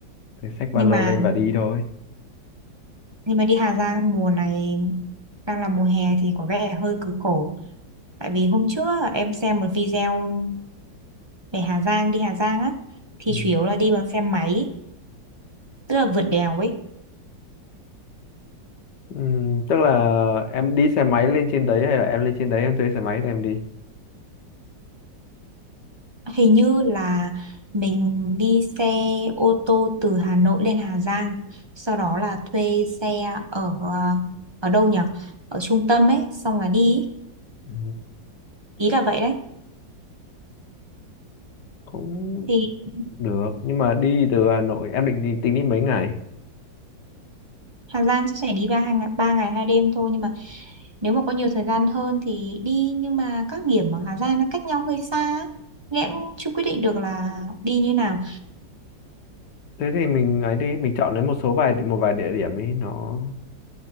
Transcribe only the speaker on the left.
thì xách ba
lô
lên và đi thôi
ừ.
Ừ, tức là em đi xe máy lên trên đấy hay là em lên trên đấy em thuê xe máy để em đi?
Ừ.
cũng
Được, nhưng mà đi từ Hà Nội em định đi, tính đi mấy ngày?
Thế thì mình ấy đi, mình chọn lấy một số vài một vài địa điểm đi, nó